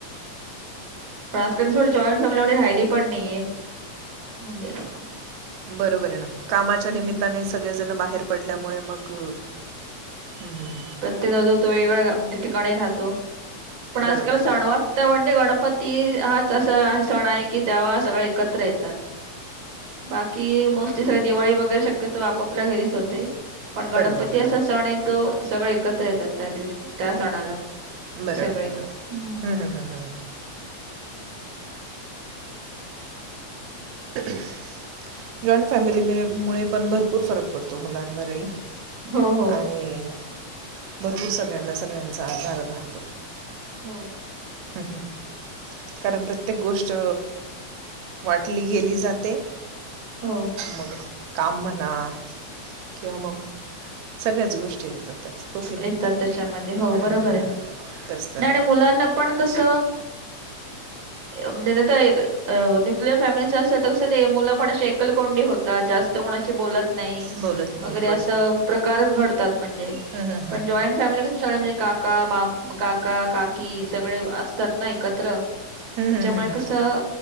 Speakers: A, on the right; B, on the right.
A: पण आजका थोडी जॉईंट फॅमिली राहिली पण नाहीये म्हणजे असं
B: बरोबर आहे ना कामाच्या
A: हम्म.
B: निमित्ताने सगळेजण बाहेर पडल्यामुळे मग हम् हम
A: प्रत्येक नजो तो वेगवेग्या म्हणजे ठिकाणी राहतो पण आजकाल
B: बरोबर
A: सणवार तवंडे गणपती हाच असा सण आहे की तेव्हा सगळे एकत्र येतात बाकी मोस्टली स दिवाळी वगैरे शक्यतो आपापल्या घरीच होते पण
B: बरोबर
A: गणपती
B: बरोबर
A: असा सण आहे तो सगळे एकत्र येतात त्या दिवशी तासणाला
B: बरोबर
A: सगळी
B: बरोबर
A: हम्
B: हम्म हम्म हम्म हम्म जॉईंट फॅमिलीमुळे पण भरपूर फरक पडतो मुलांवरही
A: हो हो.
B: आणि भरपूर सगळ्यांना सगळ्यांचा आभार राहतो
A: हो
B: हम् हम् कारण प्रत्येक गोष्ट वाटली गेली जाते
A: हो
B: मग काम म्हणा किंवा मग सगळ्याच गोष्टी येतात त्यात हो की नाही
A: येतात त्याच्यामध्ये हो
B: हम्म,
A: बरोबर
B: हम्म, हम्म.
A: आहे
B: तेच तर
A: आणि आणि
B: ना
A: मुलांना पण कस म्हणजे न्यूक्लियर फॅमिली असेल तर कसं ते मुलं पण अे एकल कोंडी होतात जास्त कोणाशी बोलत नाही
B: बोलत नाहीत
A: वगैरे असं प्रकार घडतात म्हणजे
B: हा हा
A: पण जॉईंट फॅमिली सगळे म्हणजे काका मा काका काकी सगळे असतात ना एकत्र त्याच्यामुळे
B: हम्म, हम्म, हम्म.
A: कसं